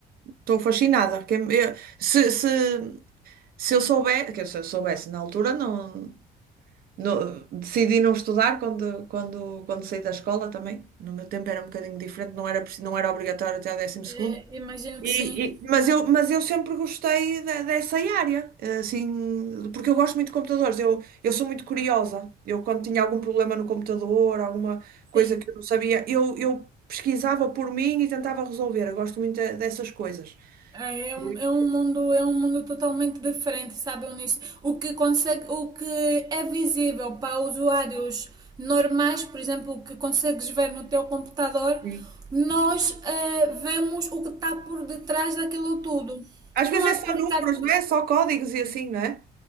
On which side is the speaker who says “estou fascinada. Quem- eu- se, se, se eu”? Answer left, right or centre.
Right